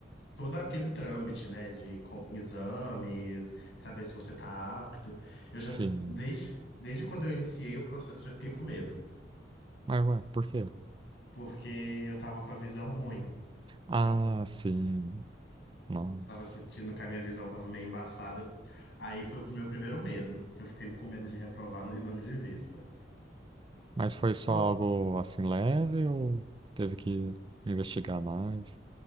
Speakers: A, on the left; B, on the right.
A: todo aquele trâmite, né, de co- exames, saber se você tá apto. Eu
B: Sim.
A: já, fi- desde, desde quando eu iniciei o processo, eu já fiquei com medo,
B: Mas ué, por quê?
A: porque eu tava com a visão ruim,
B: Ah,
A: tava,
B: sim. Nossa.
A: tava sentindo que a minha visão tava meio embaçada. eu- aí foi o meu primeiro medo, que eu fiquei com medo de reprovar no <laughs> exame de vista.
B: Mas foi
A: Só,
B: só algo assim leve ou teve que investigar mais?